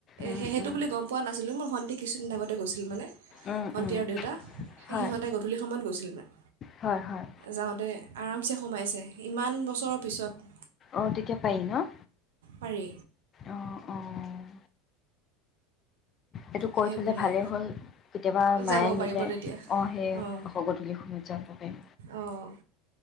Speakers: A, on the left; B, on the right.
A: উম,
B: সে সেইটো
A: উম,
B: বুলি গম পোৱা নাছিলোঁ মোৰ ভন্টি কিছুদিন আগতে গৈছিল মানে
A: উম,
B: ভণ্টি
A: উম,
B: আৰু দেউতা
A: হয়,
B: সিহঁতে গধূলি সময়ত গৈছিল মানে
A: হয়, হয়,
B: যাওঁতে আৰামছে সোমাইছে ইমান ব বছৰৰ পিছত।
A: অ তেতিয়া পাৰি ন?
B: পাৰি
A: অ', অ'। এইটো কৈ
B: সেই
A: থলে
B: বুলিয়ে
A: ভালেই হ'ল কেতিয়াবা
B: আৰু
A: মায়ে
B: যাব
A: নিলে
B: পাৰিব তেতিয়া
A: অ সেই
B: অঁ
A: গধূলি সময়ত যাব পাৰিম
B: অঁ